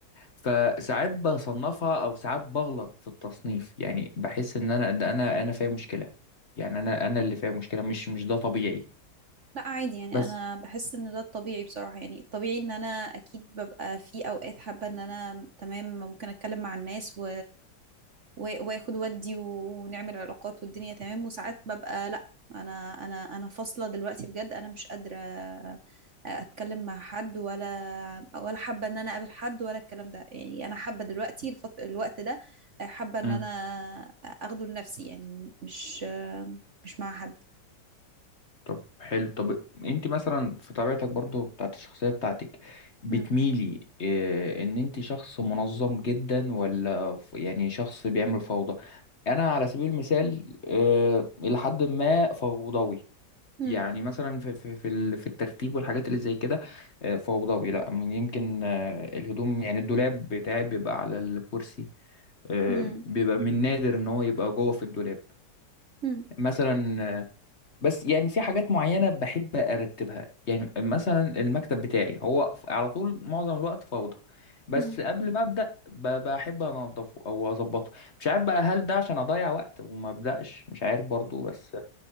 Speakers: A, on the left (about 40°); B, on the right (about 50°).
A: فساعات بصنفها او ساعات بغلط في التصنيف يعني بحس ان انا ده انا انا فيا مشكله يعني انا انا اللي فيا مشكله مش مش ده طبيعي
B: لا عادي يعني
A: بس
B: انا بحس ان ده الطبيعي بصراحة يعني الطبيعي ان انا اكيد ببقى في اوقات حابة ان انا تمام ممكن اتكلم مع الناس و و- واخد ودي ونعمل علاقات والدنيا تمام وساعات ببقى لا انا انا انا فاصله دلوقتي بجد انا مش قادره اتكلم مع حد ولا ولا حابه ان انا اقابل حد ولا الكلام ده يعني انا حابه دلوقتي الفط... الوقت ده حابه ان
A: مم.
B: انا اخده لنفسي يعني مش مش مع حد
A: طب حلو طب انت مثلا في طبيعتك برضو بتاعت الشخصية بتاعتك بتميلي
B: مم.
A: اه ان انت شخص منظم جدا ولا ف- يعني شخص بيعمل فوضى انا على سبيل المثال اه الى حد ما فوضوي
B: مم.
A: يعني مثلا في في في ال- في الترتيب والحاجات اللي زي كده اه فوضوي لا من يمكن اه الهدوم يعني الدولاب بتاعي بيبقى على الكرسي آه،
B: مم.
A: بيبقى من نادر ان هو يبقى جوه في الدولاب
B: مم.
A: مثلا بس يعني في حاجات معينة بحب أرتبها يعني مثلا المكتب بتاعي هو ف- على طول معظم الوقت فوضى بس
B: مم.
A: قبل ما أبدأ ب- بحب أنضفه أو أظبطه مش عارف بقى هل ده عشان أضيع وقت وما أبدأش مش عارف برضو بس